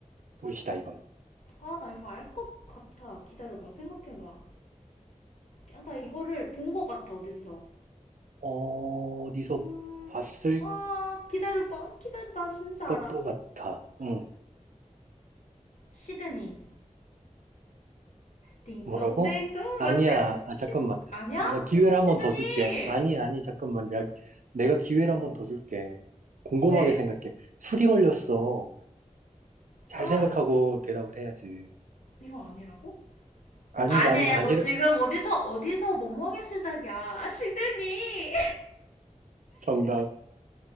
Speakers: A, on the right; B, on the left.
A: 도시다, 이거는.
B: 아, 나 이거 알 것 같아. 기다려봐. 생각해봐. 야, 나 이거를 본 것 같아. 어디서?
A: 어디서
B: 음,
A: 봤을
B: 아, 기다려봐. 기다려. 나 진짜
A: 것도
B: 알아.
A: 같아. 응.
B: 시드니. 딩동댕동.
A: 뭐라고? 아니야,
B: 맞지?
A: 아,
B: 시,
A: 잠깐만.
B: 아니야?
A: 내가 기회를
B: 시드니.
A: 한 번 더 줄게. 아니, 아니, 잠깐만. 내가, 내가 기회를 한 번 더 줄게. 곰곰하게
B: 왜?
A: 생각해. 술이 걸렸어. 잘
B: 아,
A: 생각하고 대답을 해야지.
B: 이거 아니라고?
A: 아니,
B: 아니야,
A: 난
B: 야,
A: 아니를,
B: 너 지금 어디서, 어디서 멍멍이 수작이야. 아, 시드니.
A: 정답.